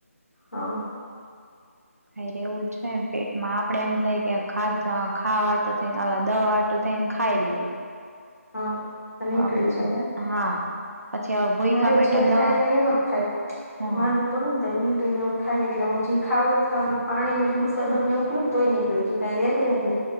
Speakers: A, on the left; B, on the right.
A: હા-
B: હા રેવું જ જોઈએ ને પેટમાં આપડે એમ થાય કે ખાધુ- ખાવા વાટો થ અ દવા વાટો થ ને, ખાઈ લઈએ.
A: હા તનેકડી
B: હા
A: જાય-
B: હા- પછી હવે ભૂયખા
A: મારે
B: પેટે
A: જ
B: દવા
A: ખાય તે એમ જ થાય.
B: હા
A: હું માંદી પડું ને ઉલટી નેવું થાય, એટલે હું ખાવું હોય ખાલી પાણી લીંબુ શરબત ને પીવું નેતો નીકળી જાય. કાંઇ રહ્યા છે, આપને